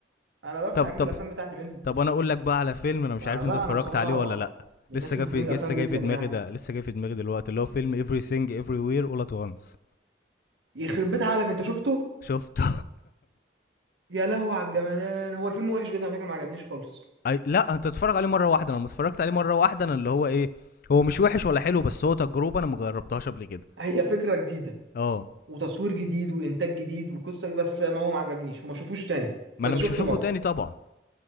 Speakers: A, on the right; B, on the left.
A: انا بفتح
B: طب
A: اجيب
B: طب
A: الافلام بتاعتي منها
B: طب انا اقول لك بقى على فيلم انا مش
A: آه
B: عارف
A: لا
B: انت اتفرجت
A: انا بصراحه
B: عليه ولا لا
A: من
B: لسه
A: الناس
B: جاي
A: اللي
B: في
A: محبين الافلام
B: لسه جاي
A: جدا
B: في
A: يعني
B: دماغي ده لسه جاي في دماغي دلوقتي اللي هو فيلم everything everywhere all at once
A: يخرب بيت عقلك انت شفته
B: شفته
A: يا لهوي على الجمدان هو الفيلم وحش جدا على فكره ما عجبنيش خالص
B: <laughs> أي... لا انت اتفرج عليه مره واحده انا لما اتفرجت عليه مره واحده انا اللي هو ايه هو مش وحش ولا حلو بس هو تجربه انا ما جربتهاش قبل كده
A: هي فكره جديده
B: اه
A: وتصوير جديد وانتاج جديد وقصه بس ما هو ما عجبنيش وما شوفوش تاني
B: ما
A: بس
B: انا مش
A: شفته
B: هشوفه
A: مره
B: تاني طبعا